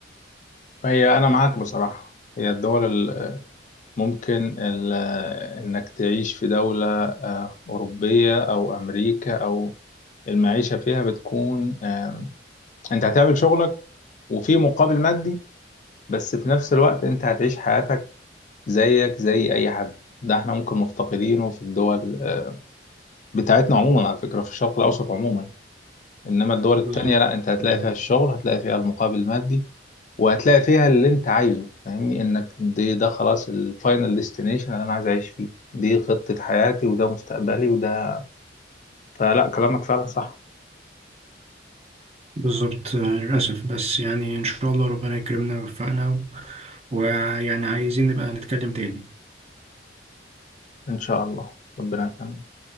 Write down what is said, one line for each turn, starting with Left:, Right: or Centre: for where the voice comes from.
Left: فهي أنا معاك بصراحة هي الدول ال- ممكن ال- إنك تعيش في دولة آه، أوروبية أو أمريكا أو المعيشة فيها بتكون آه، أنت هتعمل شغلك وفي مقابل مادي بس في نفس الوقت أنت هتعيش حياتك زيك زي أي حد ده احنا ممكن مفتقدينه في الدول آه، بتاعتنا عموما على فكرة في الشرق الأوسط عموما انما الدول
Right: بالظبط
Left: التانية لا انت هتلاقي
Right: بالظبط
Left: فيها الشغل هتلاقي فيها المقابل المادي وهتلاقي فيها اللي انت عايزه فاهمني انك دي ده خلاص الفاينل ديستنيشن اللي انا عايز اعيش فيه دي خطة حياتي وده مستقبلي وده فلا كلامك فعلا صح
Right: بالظبط آه، للأسف بس يعني إن شاء الله ربنا يكرمنا ويوفقنا و- ويعني عايزين نبقى نتكلم تاني
Left: ان شاء الله ربنا يكرمك